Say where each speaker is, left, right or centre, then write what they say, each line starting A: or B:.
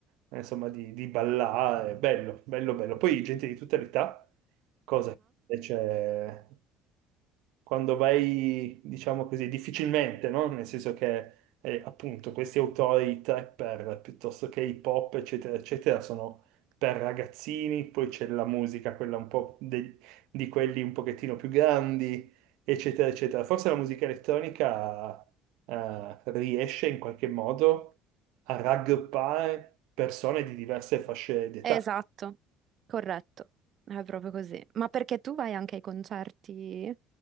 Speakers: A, on the right (about 80°); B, on the right (about 45°).
A: eh, insomma, di, di ballare, bello, bello, bello. Poi gente di tutta l'età cosa invece quando vai, diciamo così, difficilmente, no? Nel senso che eh, appunto questi autori trapper piuttosto che hip hop, eccetera, eccetera, sono per ragazzini, poi c'è la musica, quella un po' de- di quelli un pochettino più grandi, eccetera, eccetera. Forse la musica elettronica eh, riesce in qualche modo a raggruppare persone di diverse fasce d'età.
B: Esatto, corretto, è proprio così. Ma perché tu vai anche ai concerti